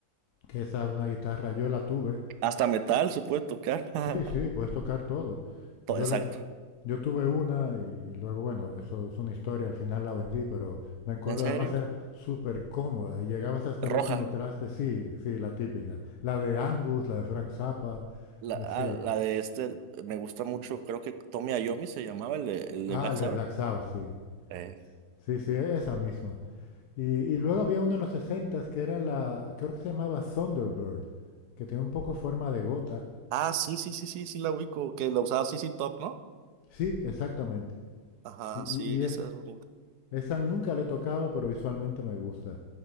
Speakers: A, on the left; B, on the right.
A: que esa es una guitarra, yo la tuve
B: Hasta metal se puede tocar. <laughs>
A: Sí, sí, puedes tocar todo.
B: To-
A: Yo,
B: Exacto.
A: la- yo tuve una y, y luego, bueno, eso es una historia, al final la vendí, pero me acuerdo,
B: ¿En serio?
A: además era súper cómoda y llegabas hasta
B: Roja.
A: el último traste, sí, sí, la típica. La de Angus, la de Frank Zappa,
B: La,
A: eh,
B: ah,
A: sí.
B: la de este me gusta mucho. Creo que Tommy Ayomi se llamaba el de, el
A: Ah,
B: de Black
A: el
B: Sabbath.
A: de Black Sabbath, sí.
B: Eh,
A: Sí, sí, e- esa misma. Y, y luego había uno en los 60 que era la, creo que se llamaba Thunderbird, que tiene un poco forma de gota.
B: Ah, sí, sí, sí, sí, sí, la ubico. Que la usaba sí, sí, Top, ¿no?
A: Sí, exactamente.
B: Ajá,
A: Y, y-
B: sí,
A: y
B: esa
A: es,
B: es bonita.
A: Esa nunca la he tocado, pero visualmente me gusta.